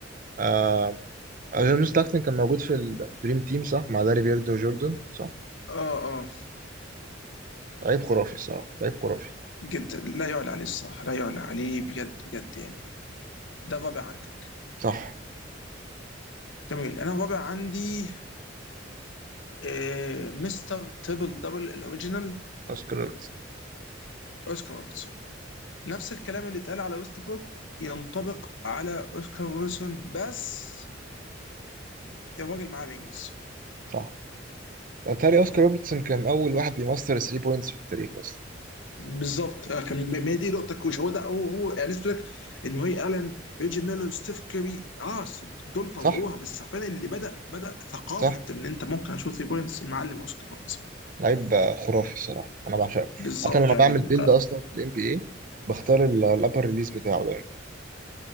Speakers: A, on the right; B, on the left.
A: آه، آه، جون ستاكتن كان موجود في الدريم تيم صح مع داري بيرد وجوردن صح
B: اه اه
A: لعيب خرافي الصراحة لعيب خرافي
B: جدا لا يعلى عليه الصراحة لا يعلى عليه بجد بجد يعني ده الرابع عندك
A: صح
B: جميل انا الرابع عندي آه مستر تريبل دبل الاوريجينال
A: اوسكار روبرتسون
B: اوسكار روبرتسون نفس الكلام اللي اتقال على ويست بروك ينطبق على اوسكار روبرتسون بس الراجل معاه رينجز
A: صح وبالتالي اوسكار روبرتسون كان اول واحد بيمستر 3 بوينتس في التاريخ اصلا
B: بالظبط آه، كان ما هي دي نقطة كوش هو ده هو هو يعني نسبة لك ان واي الن ريجي ميلر ستيف كيري اه دول طوروها
A: صح
B: بس حرفيا اللي بدأ بدأ ثقافة
A: صح
B: ان انت ممكن اشوف 3 بوينتس المعلم اوسكار روبرتسون
A: لعيب آه، خرافي الصراحة انا بعشقه
B: بالظبط
A: حتى لما
B: يعني
A: بعمل بيلد اصلا في الام بي اي بختار الابر ريليز بتاعه دايما